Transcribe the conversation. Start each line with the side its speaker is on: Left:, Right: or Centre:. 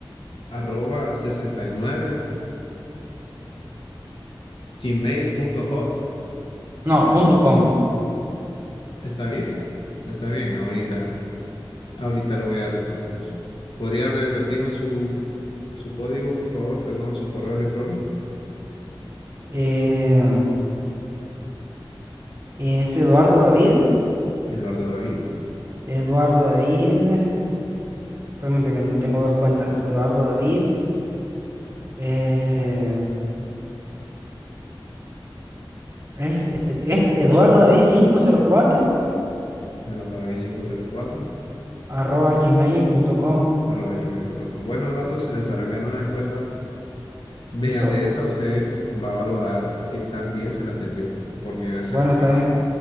Left: arroba sesenta y nueve gmail punto hot
Right: No, punto com.
Left: Está bien, está bien. Ahorita, ahorita le voy a recordar eso. ¿Podría repetirme su, su código, por favor? Perdón, su correo electrónico.
Right: Eh, es Eduardo David.
Left: Eduardo David,
Right: Eduardo David. Permítame que no tengo dos cuentas. Eduardo David. Eh, Es, es Eduardo David cuatro
Left: Eduardo David quinientos cuatro
Right: arroba gmail gmail.com.
Left: arroba gmail punto com Bueno, Eduardo, se le estará enviando una encuesta Mediante
Right: Listo.
Left: esa usted va a valorar que tan bien se la atendió por medio de esa
Right: Bueno,
Left: llamada.
Right: está bien,